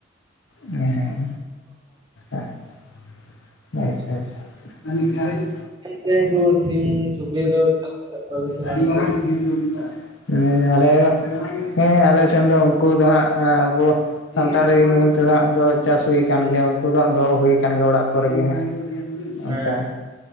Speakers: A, on the left; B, on the right.
A: ᱦᱮᱸ ᱦᱮᱸ ᱮᱸᱦ ᱟᱪᱪᱷᱟ ᱟᱪᱪᱷᱟ᱾ ᱟᱹᱢᱤᱡ ᱜᱷᱟᱨᱚᱸᱡᱽ,
B: ᱛᱮ ᱫᱚ ᱥᱤᱢ ᱥᱩᱠᱨᱤ ᱫᱚ <unintelligible>
A: ᱟᱹᱰᱤ
B: ᱵᱟᱝ
A: ᱢᱟᱨᱟᱝ
B: ᱜᱮ?
A: ᱵᱤᱨ ᱢᱩᱞᱤᱧᱟᱜᱼᱟᱸ᱾ ᱦᱮᱸᱡᱽ ᱟᱞᱮᱻᱦ ᱦᱮᱸ ᱟᱞᱮ ᱥᱮᱱ ᱫᱚ ᱩᱱᱠᱩ ᱫᱚ ᱦᱟᱸᱜ ᱟᱵᱚ ᱥᱟᱱᱛᱟᱲᱤ ᱱᱤᱭᱳᱢ ᱛᱮᱫᱚ ᱦᱟᱸᱜ ᱫᱚ ᱪᱟᱥ ᱦᱩᱭ ᱠᱟᱱ ᱜᱮᱭᱟ, ᱩᱱᱠᱩ ᱫᱚ ᱦᱟᱸᱜ ᱫᱚᱦᱚ ᱦᱩᱭ ᱠᱟᱱ ᱜᱮᱭᱟ ᱚᱲᱟᱜ ᱠᱚᱨᱮ ᱜᱮ ᱦᱟᱸᱜ᱾
B: ᱦᱮᱸ
A: ᱚᱸᱠᱟ,